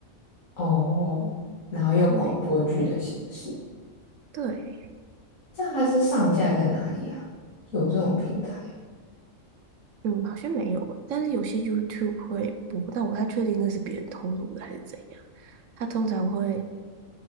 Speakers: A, on the left (about 80°); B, on the right (about 70°).
A: 哦，然后用广播剧的形式，
B: 对对。
A: 这样它是上架在哪里啊？有这种平台？
B: 嗯，好像没有诶，但是有些 YouTube 会播，但我不太确定那是别人透露的还是怎样。他通常会，